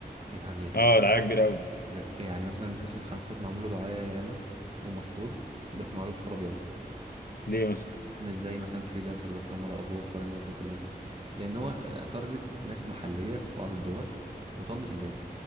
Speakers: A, on the right (about 35°); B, on the left (about 70°).
A: يعني
B: اه دعايه كبيره قوي
A: لك يعني مثلا انت شايف خمسات معمول له دعاية ياما ومشهور بس معلوش طلب ياما
B: ليه مثلا
A: مش زي مثلا فريلانسر دوت كوم ولا اب وورك ولا الناس دي كلها لان هو تارجت ناس محلية في بعض الدول وطنش الباقي